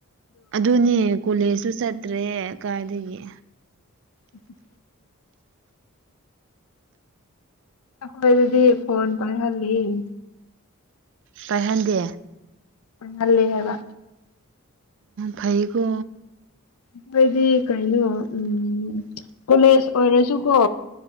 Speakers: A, on the right; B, on the left.
A: ꯑꯗꯨꯅꯦ ꯀꯣꯂꯦꯖꯁꯨ ꯆꯠꯇ꯭ꯔꯦ ꯀꯥꯏꯗꯒꯤ
B: ꯎꯝ ꯍꯣꯏ ꯑꯗꯨꯗꯤ ꯐꯣꯟ ꯄꯥꯏ ꯍꯜꯂꯤꯂꯤ
A: ꯀꯥꯏꯍꯟꯗꯦ
B: ꯍꯂ ꯍꯥꯏꯕ
A: ꯐꯩꯒꯣ
B: ꯑꯩꯈꯣꯏꯗꯤ ꯀꯩꯅꯣ ꯎꯝ ꯀꯣꯂꯦꯖ ꯑꯣꯏꯔꯁꯨꯀꯣ